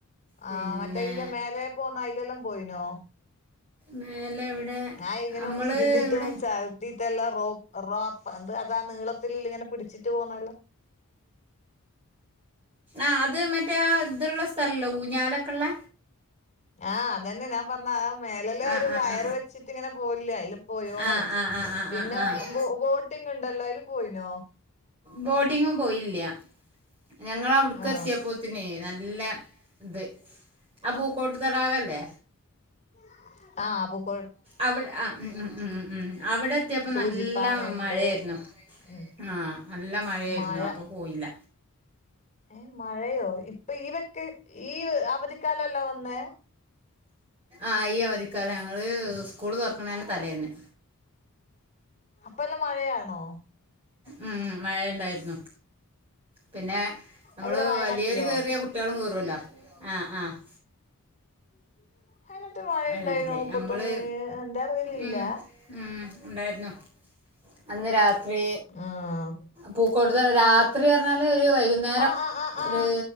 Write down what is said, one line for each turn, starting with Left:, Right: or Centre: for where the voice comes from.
Right: പിന്നെ
Left: ആഹാ മറ്റേ ഇല്ലേ മേലേപോന്ന- അലെല്ലാം പോയിനോ?
Right: മേലെ
Left: <unintelligible>
Right: ഇവിടെ നമ്മള് ഇവിടെ
Left: ഇത്തെല്ലാം റോ റോപ്പ് എന്ത് അതാ നീളത്തി ഇങ്ങനെ പിടിച്ചിട്ട് പോകുന്നല്ലാം.
Right: ആഹാ അത് മറ്റേ ഇത്ള്ള സ്ഥലല്ലോ ഊഞ്ഞാലൊക്കെ ഉള്ള.
Left: ആഹ് അതന്നെ ഞാൻ പറഞ്ഞ ആഹാ മേല്
Right: ആഹ്
Left: ഒരു
Right: ആഹ്
Left: വയറ് വെച്ചിട്ട് ഇങ്ങനെ പോവില്ല അതില് പോയോന്ന
Right: ആഹ് ആഹ് ആഹ് ആഹ്
Left: ചോദിച്ചേ?
Right: ആഹ് ആഹ്
Left: പിന്നെ
Right: ആഹ് ആഹ്
Left: ബോട്ടിങ് ഉണ്ടല്ലോ അതിൽ പോയിനോ?
Right: ബോട്ടിങ്ങും പോയില്ല ഞങ്ങള് അവിടേക്
Left: ആ
Right: എത്തിയപ്പത്തിനെ നല്ല- ഇത് ആഹാ പൂകോട്ട്ത്തടാകല്ലേ!
Left: ആഹാ.... !
Right: അവിടെ ആഹാ ഉം ഉം ഉം ഉം... അവിടെ എത്തിയപ്പ
Left: സൂചിപ്പാറയുണ്ട്
Right: നല്ല മഴായിരുന്നു.
Left: ഉം
Right: ആഹാ നല്ല മഴായിരുന്നു
Left: മഴ
Right: അപ്പോ പോയില്ല.
Left: ഏ മഴയോ ഇപ്പോ ഈവൊക്കെ ഈ അവധിക്കാലല്ലേവന്നെ.
Right: ആഹാ അയ്യ അവധിക്കാല ഞങ്ങള് സ്കൂള് തുറക്കണന്റെതലേന്ന്.
Left: അപ്പല്ലാം മഴയാണോ?
Right: ഉം മഴ ഉണ്ടായിരുന്നു. പിന്നെ നമ്മൾ
Left: എവിടെ വയനാട്ടിലോ
Right: വലിയവര് കേറിയ കുട്ടികളും കേറുല്ലോ ആഹാ ആഹാ... !
Left: <inaudible> അതിനന്ന് മഴ
Right: വയനാട്ടില്
Left: ഉണ്ടായിരുന്നോ മുപ്പത്തിഒന്നിന്?
Right: നമ്മള്
Left: എന്റെ അറിവിലില്ല.
Right: ഉം ഉം ഉണ്ടായിരുന്നു അന്ന് രാത്രി
Left: ആഹ്
Right: പൂക്കോട്ട്തടാ രാ- രാത്രി പറഞ്ഞാല് ഒരു വൈകുന്നേരം,
Left: ആ ആ ആ ആ
Right: ഒരു